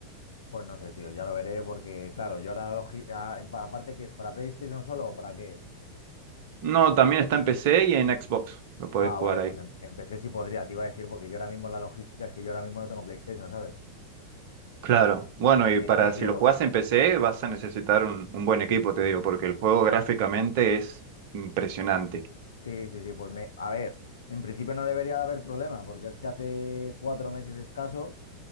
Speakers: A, on the left; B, on the right.
A: Pues no sé, tío, ya lo veré porque, claro, yo ahora, logi- a- en- aparte que es para PlayStation solo o para qué es.
B: No, también está en PC y en Xbox, lo puedes
A: Ah,
B: jugar
A: vale,
B: ahí.
A: pues em, empecé si podría, te iba a decir, porque yo ahora mismo la logística es que yo ahora mismo no tengo PlayStation, ¿sabes?
B: Claro, bueno, y
A: Ni,
B: para
A: ni equivoco.
B: si lo jugás en PC vas a necesitar un, un buen equipo, te digo, porque el juego gráficamente es impresionante.
A: Sí, sí, sí, pues me, a ver, en principio no debería de haber problema, porque es que hace cuatro meses escasos